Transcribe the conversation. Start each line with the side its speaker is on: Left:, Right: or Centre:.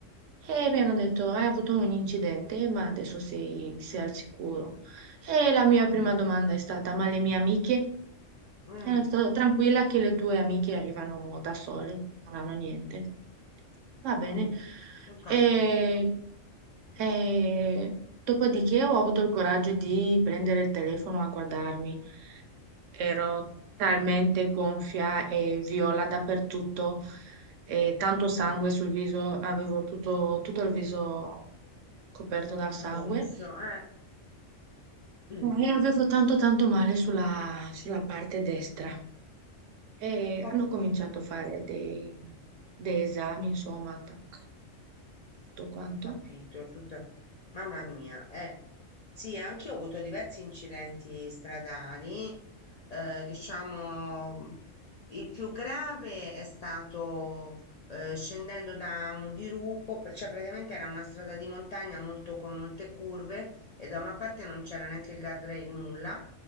Right: E mi hanno detto hai avuto un incidente ma adesso sei sei al sicuro. E la mia prima
Left: mm,
Right: domanda è stata ma le mie amiche?
Left: mm,
Right: E hanno detto, tranquilla che le tue amiche arrivano da sole, non hanno niente. Va bene.
Left: mm. Ho
Right: E,
Left: capito.
Right: e dopodiché ho avuto il coraggio di prendere il telefono a guardarmi. Ero talmente gonfia e viola dappertutto,
Left: Mm,
Right: e tanto sangue
Left: eh,
Right: sul viso, avevo tutto, tutto il viso coperto dal sangue.
Left: gonfio, eh. mm,
Right: E avevo tanto tanto male sulla, sulla parte destra. E
Left: Ho
Right: hanno
Left: capito.
Right: cominciato a fare dei, dei esami, insomma, tac, tutto quanto.
Left: Ho capito, tutta... Mamma mia, eh. Sì, anch'io ho avuto diversi incidenti stradali. eh, diciamo, il più grave è stato eh, scendendo da un dirupo, pr- cioè praticamente era una strada di montagna molto, con molte curve e da una parte non c'era neanche il guardrail, nulla.